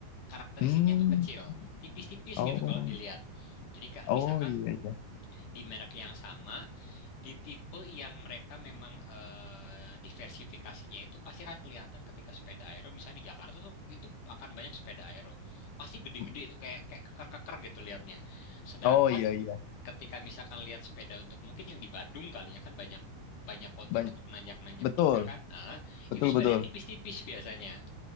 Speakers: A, on the left; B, on the left.
A: Karakteristiknya
B: Hmm,
A: tuh kecil, tipis-tipis
B: oh,
A: gitu kalau dilihat. Jadi kak,
B: oh
A: misalkan
B: iya, iya.
A: di merek yang sama, di tipe yang mereka memang eh, diversifikasinya itu pasti akan kelihatan ketika sepeda aero. Misalnya di Jakarta tuh itu akan banyak sepeda aero. Pasti gede-gede
B: Mhm.
A: itu kayak kayak keker-keker gitu lihatnya. Sedangkan
B: Oh iya iya
A: ketika misalkan lihat sepeda untuk mungkin yang di Badung kali ya kan banyak banyak kontur
B: banyak
A: untuk nanjak-nanjak
B: betul
A: juga kan. Nah, itu
B: betul
A: sepedanya
B: betul
A: tipis-tipis biasanya.